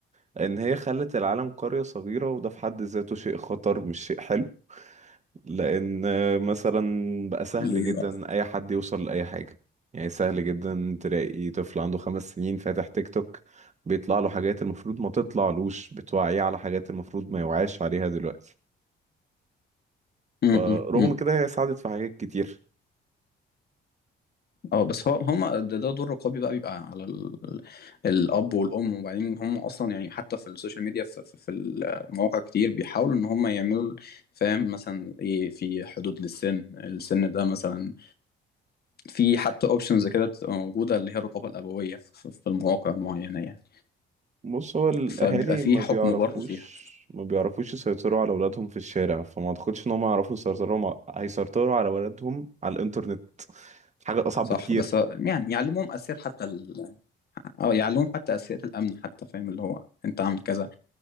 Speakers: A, on the right; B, on the left.
A: لأن هي خلت العالم قرية صغيرة وده في حد ذاته شيء خطر مش شيء حلو لأن آه، مثلا بقى سهل
B: ليه
A: جدا
B: لا
A: أي حد يوصل لأي حاجة يعني سهل جدا تلاقي طفل عنده خمس سنين فاتح تيك توك بيطلع له حاجات المفروض ما تطلعلوش بتوعيه على حاجات المفروض ما يوعاش عليها دلوقتي
B: امم
A: فرغم كده هي ساعدت في حاجات كتير
B: اه بس هو هم ده, ده دور رقابي بقى بيبقى على ال... الاب والام وبعدين هم اصلا يعني حتى في السوشيال ميديا في, في, في المواقع كتير بيحاولوا ان هم يعملوا فاهم مثلا ايه في حدود للسن السن ده مثلا في حتى اوبشنز كده بتبقى موجوده اللي هي الرقابه الابويه في, في المواقع معينه يعني
A: بص هو الاهالي
B: فبيبقى في
A: ما
B: حكم
A: بيعرفوش
B: برضه فيها
A: ما بيعرفوش يسيطروا على اولادهم في الشارع فما اعتقدش ان هم يعرفوا يسيطروا ع- هيسيطروا على اولادهم على الانترنت حاجه اصعب
B: صح
A: بكتير
B: بس يعني يعلموهم اساسيات حتى ال... اه يعلموهم حتى اساسيات الامن حتى فاهم اللي هو انت عامل كذا